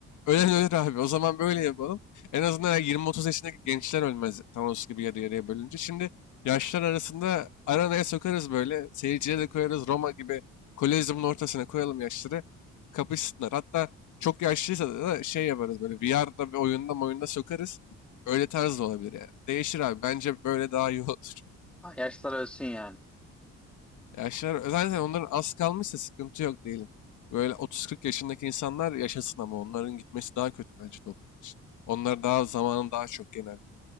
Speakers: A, on the left (about 75°); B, in the centre.
A: Ölen ölür abi. O zaman böyle yapalım. En azından 20-30 yaşındaki gençler ölmez Thanos gibi yarı yarıya bölünce. Şimdi yaşlar arasında aranaya sokarız böyle. Seyirciye de koyarız. Roma gibi Kolezyumun ortasına koyalım yaşları. Kapışsınlar. Hatta çok yaşlıysa da şey yaparız böyle VR'da bir oyunda oyunda sokarız. Öyle tarz da olabilir yani. Değişir abi. Bence böyle daha iyi <laughs> olur.
B: Yaşlılar ölsün yani.
A: Yaşlar zaten onların az kalmışsa sıkıntı yok diyelim. Böyle 30-40 yaşındaki insanlar yaşasın ama onların gitmesi daha kötü bence toplum için. Onlar daha zamanın daha çok genelde.